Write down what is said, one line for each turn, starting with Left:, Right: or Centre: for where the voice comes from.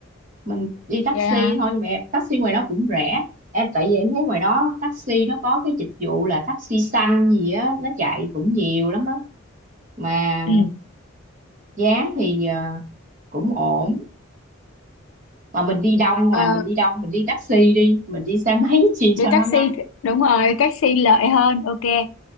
Right: mình đi taxi
Left: vậy hả
Right: thôi nhưng mà em, taxi ngoài đó cũng rẻ em tại vì em thấy ngoài đó taxi nó có cái dịch vụ là taxi xanh gì á nó chạy cũng nhiều lắm đó mà
Left: ừ
Right: giá thì ờ, cũng ổn mà mình đi đông mà
Left: Ờ,
Right: mình đi đông mình đi taxi đi mình đi xe máy <laughs> chi
Left: đi
Right: cho
Left: taxi
Right: nó ngắn
Left: đúng rồi taxi lợi hơn ok